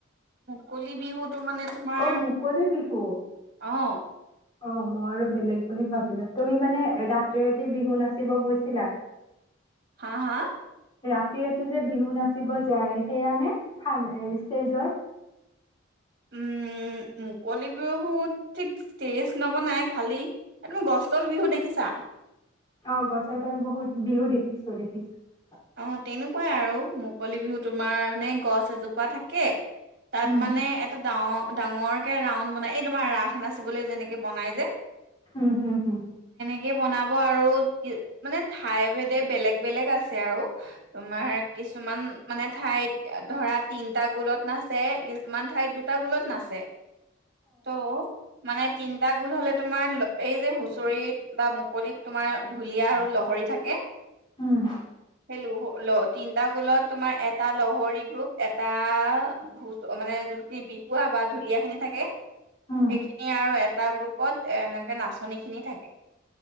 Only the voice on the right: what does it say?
কলি বিহুত টো মানে তোমাৰ
অ
হা হা
উম মুকলি বিহুত ঠিক ষ্টেজ নবনাই খালী অ তুমি গছতল বিহু দেখিছা?
অ তেনেকুৱাই আৰু মুকলি বিহু তোমাৰ মানে গছ এজোপা থাকে তাত
মানে এটা ডাঙৰ ডাঙৰ কে ৰাউড মানে এই তোমাৰ ৰাস নাচিবলে যেনেকে বনাই যে
এই বনাব আৰু মানে ঠাই ভেদে বেলেগ বেলেগ আছে হে আৰু তোমাৰ কিছুমান মানে ঠাইত ধৰা তিনটা গোলত নাচে কিছুমান ঠাইত দুটা গোলত নাচে ত অ মানে তিনটা গোল হলে তোমাৰ ল এই যে হুঁচৰিত বা মুক কলিত তোমাৰ ঢুলীয়া আৰু লহৰি থাকে
সেই লুহ তিনটা গোলত তোমাৰ এটা লহৰি গ্ৰুপ এটা ঢু মানে যোনখিনি বিহুৱা বা ঢুলীয়া খিনি থাকে
সেইখিনি আৰু এ এটা গ্ৰুপত এনেকে নাচনি খিনি থাকে